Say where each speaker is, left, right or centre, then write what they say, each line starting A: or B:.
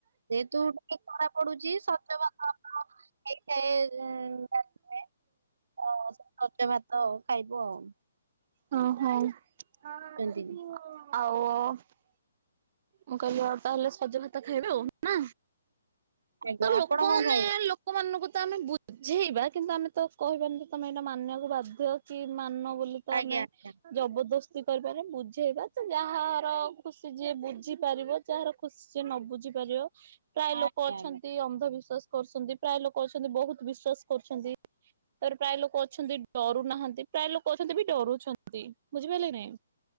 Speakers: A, on the right (about 80°); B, on the right (about 40°).
A: ଯେ ତୁ <inaudible> ଖରା ପଡୁଚି ସଜ <unintelligible> ହେଇ ଥାଏ <unintelligible> ଅ ସଜ ଭାତ ଆଉ ଖାଇବୁ ଆଉ।
B: ହଁ ହଁ
A: ସେମିତି
B: ଆଉ। ମୁଁ କହିଲି ତାହେଲେ ସଜ ଭାତ ଖାଇବେ ଆଉ ନା
A: ଆଜ୍ଞା
B: ତ ଲୋକମାନେ
A: ଆପଣ କଣ ଖାଇବେ?
B: ଲୋକ ଲୋକମାନଙ୍କୁ ତ ଆମେ ବୁଝେଇବା କିନ୍ତୁ ଆମେ ତ କହିବାନି ଯେ ତମେ ଏଇଟା ମାନିବାକୁ ବାଧ୍ୟ କି ମାନ ବୋଲି। ତ
A: ଆଜ୍ଞା
B: ଆମେ
A: ଆଜ୍ଞା
B: ଜବରଦସ୍ତି କରିବା ରେ ବୁଝେଇବା ତ ଯାହାର ଖୁସି ଯିଏ ବୁଝି ବୁଝିପାରିବ ଯାହାର ଖୁସି ସେ ନ ବୁଝି ପାରିବ ପ୍ରାୟେ ଲୋକ
A: ଆଜ୍ଞା
B: ଅଛନ୍ତି
A: ଆଜ୍ଞା
B: ଅନ୍ଧବିଶ୍ୱାସ କରୁଚନ୍ତି। ପ୍ରାୟ ଲୋକ ଅଛନ୍ତି ବହୁତ ବିଶ୍ଵାସ କରୁଛନ୍ତି। ତାପରେ ପ୍ରାୟ ଲୋକ ଅଛନ୍ତି ଡରୁ ନାହାନ୍ତି ପ୍ରାୟ ଲୋକ ଅଛନ୍ତି ବି ଡରୁଛନ୍ତି ବୁଝିପାଇଲେ କି ନାଇଁ